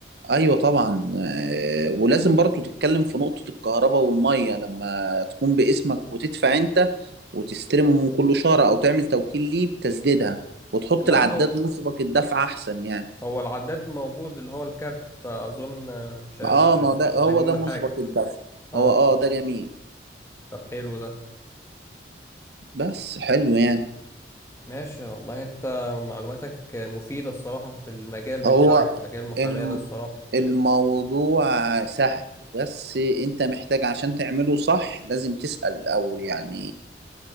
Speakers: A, on the right; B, on the left.
A: ايوه طبعا آه، ولازم برضو تتكلم في نقطة الكهرباء والمية لما تكون باسمك وتدفع انت وتستلمهم كل شهر او تعمل توكيل ليه بتسديدها وتحط
B: لا
A: العداد
B: هو
A: مسبق الدفع احسن يعني
B: هو العداد موجود اللي هو الكارت فأظن آه، مش ه- مش
A: اه
B: ه-
A: ما ده
B: مش هيحتاج
A: هو
B: مننا
A: ده مسبق
B: حاجة
A: الدفع
B: اه
A: هو اه ده جميل
B: طب حلو ده
A: بس حلو يعني
B: ماشي والله انت معلوماتك مفيدة الصراحة في المجال بتاعك
A: هو
B: مجال المحاماة
A: الم-
B: ده الصراحة
A: الموضوع سهل بس انت محتاج عشان تعمله صح لازم تسأل الأول يعني